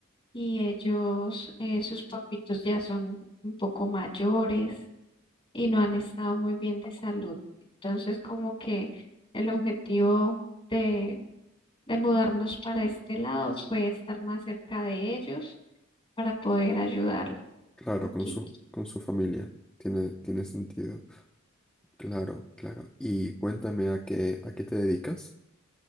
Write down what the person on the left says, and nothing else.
y ellos, eh, sus papitos ya son un poco mayores y no han estado muy bien de salud. Entonces, como que el objetivo de, de mudarnos para este lado fue estar más cerca de ellos para poder ayudarles
un poquito.